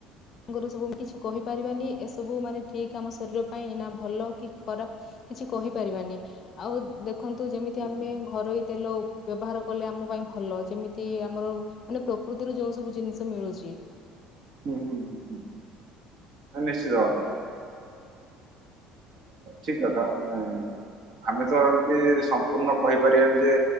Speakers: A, on the left (about 35°); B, on the right (about 45°).
A: ଆଗରୁ ସବୁ ଆମେ କିଛି କହିପାରିବାନି ଏସବୁ ମାନେ ଠିକ୍ ଆମ ଶରୀର ପାଇଁ ନା ଭଲ କି ଖରାପ୍ କିଛି କହିପାରିବାନି ଆଉ ଦେଖନ୍ତୁ ଯେମିତି
B: ହୁଁ
A: ଆମେ ଘରୋଇ ତେଲ ବ୍ୟବହାର କଲେ ଆମ ପାଇଁ ଭଲ ଯେମିତି ଆମର ମାନେ ପ୍ରକୃତିରୁ ଯୋଉ ସବୁ ଜିନିଷ ମିଳୁଛି।
B: ହୁଁ-ହୁଁ-ହୁଁ। ଆ ନିଶ୍ଚିତ ଭାବରେ
A: <inaudible>
B: ଠିକ୍ କଥା ମାନେ ଆମେ ତ ଏମତି ସମ୍ପୂର୍ଣ୍ଣ କହିପାରିବାନି ଯେ